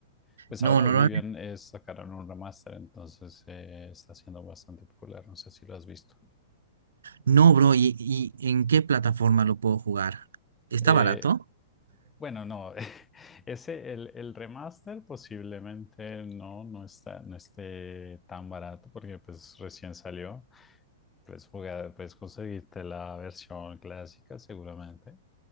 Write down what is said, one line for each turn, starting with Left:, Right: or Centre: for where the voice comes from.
Left: Pues
Right: No,
Left: ahora
Right: no,
Left: Oblivion
Right: no,
Left: es, sacaron un remaster, entonces eh, está siendo bastante popular, no sé si lo has visto.
Right: no, bro. ¿Y, y en qué plataforma lo puedo jugar? ¿Está
Left: Eh,
Right: barato?
Left: bueno, no, <laughs> ese, el, el remaster posiblemente no, no está, no esté tan barato porque pues recién salió. Puedes jugar, puedes conseguirte la versión clásica seguramente.